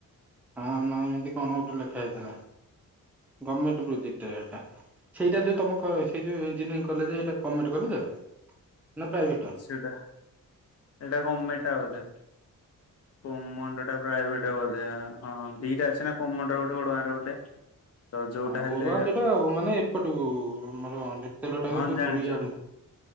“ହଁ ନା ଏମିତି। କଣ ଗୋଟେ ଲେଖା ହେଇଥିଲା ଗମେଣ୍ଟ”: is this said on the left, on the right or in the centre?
Centre